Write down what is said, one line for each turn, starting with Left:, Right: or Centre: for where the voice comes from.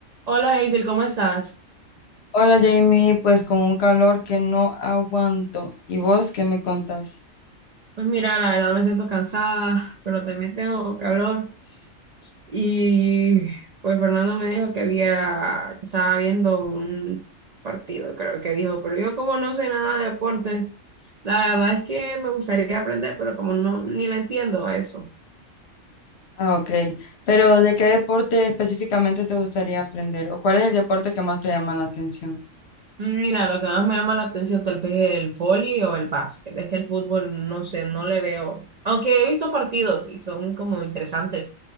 Right: Hola Hazel, ¿cómo estás?
Left: Hola Jamie, pues con un calor que no aguanto. ¿Y vos qué me contás?
Right: Pues mira, la verdad me siento cansada, pero también tengo calor. Y pues Fernando me dijo que había, que estaba viendo un partido, creo que dijo, pero yo como no sé nada de deportes, la verdad es que me gustaría aprender, pero como no, ni le entiendo a eso.
Left: Ah, ok. Pero ¿de qué deporte específicamente te gustaría aprender? ¿O cuál es el deporte que más te llama la atención?
Right: Mira, lo que más me llama la atención tal vez el vóley o el básquet. Es que el fútbol, no sé, no le veo. Aunque he visto partidos y son como interesantes,